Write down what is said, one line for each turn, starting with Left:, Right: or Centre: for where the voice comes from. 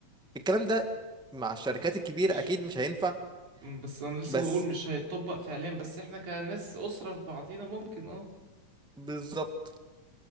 Centre: الكلام ده مع الشركات الكبيرة
Right: مش
Centre: أكيد مش هينفع
Right: مم، بس انا لسه
Centre: بس
Right: بقول مش هيتطبق فعليا بس احنا كناس أسرة في بعضينا ممكن اه
Centre: بالظبط